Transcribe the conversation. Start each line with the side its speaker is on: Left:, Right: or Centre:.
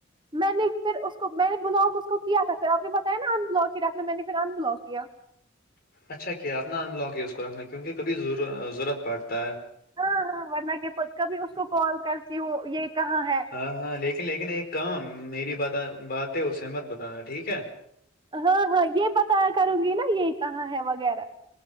Right: میں نے پھر اس کو میں نے بلاک اس کو کیا تھا پھر آپ نے بتایا نا ان بلاک ہی رکھنا میں نے پھر ان بلاک کیا
Left: اچھا کیا اپنا ان بلاک ہی اس کو رکھنا کیونکہ کبھی ضرورت پڑتا ہے
Right: ہاں ہاں ورنہ کے پ کبھی اس کو کال کرتی ہوں یہ کہاں ہے
Left: ہاں ہاں لیک لیکن ایک کام میری ب بات ہے اسے مت بتانا ٹھیک ہے
Right: ہاں ہاں یہ پتا کروں گی نا یہ کہاں ہے وغیرہ